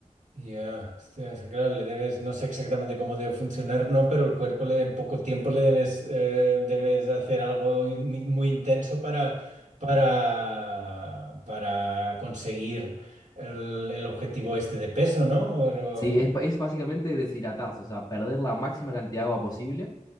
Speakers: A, on the right; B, on the left.
A: Ya, hostia, es que claro, le debes, no sé exactamente cómo debe funcionar, no, pero el cuerpo le en poco tiempo le debes, eh, debes hacer algo in- muy, intenso para, para, para conseguir el, el objetivo este de peso, ¿no? Pero,
B: Sí, es, es básicamente deshidratarse, o sea, perder la máxima cantidad de agua posible.